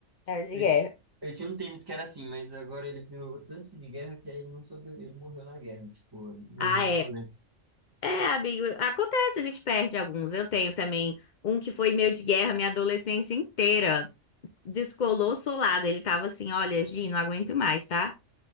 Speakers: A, on the left (about 50°); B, on the right (about 20°).
A: É o de
B: Eu,
A: guerra.
B: ti, eu tinha um tênis que era assim, mas agora ele virou tanto de guerra que aí ele não soube, ele morreu na guerra, tipo, morreu
A: Ah,
B: no
A: é.
B: rolê.
A: É, amigo, acontece, a gente perde alguns. Eu tenho também um que foi meu de guerra minha adolescência inteira. Descolou solado. Ele tava assim: olha, Gi, não aguento mais, tá?